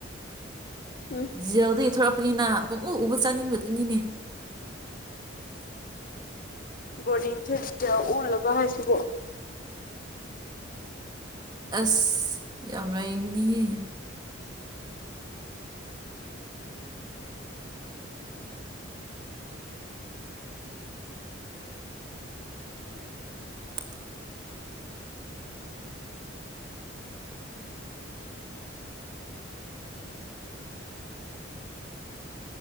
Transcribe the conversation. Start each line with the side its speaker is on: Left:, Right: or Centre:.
Left: ꯎꯝ
Right: ꯖꯤꯜꯗ ꯌꯊꯣꯔꯛꯄꯅꯤꯅ ꯄꯨꯡꯎ ꯎꯕ ꯆꯥꯅꯤꯡꯕꯗꯨꯅꯤꯅꯦ꯫
Left: ꯕꯣꯔꯗꯤꯡꯁꯦ ꯁꯤ ꯑꯣꯜꯂꯒ ꯍꯥꯏꯁꯤꯕꯣ
Right: ꯑꯁ ꯌꯥꯝ ꯂꯥꯏꯕꯅꯤꯍꯦ꯫ <inaudible>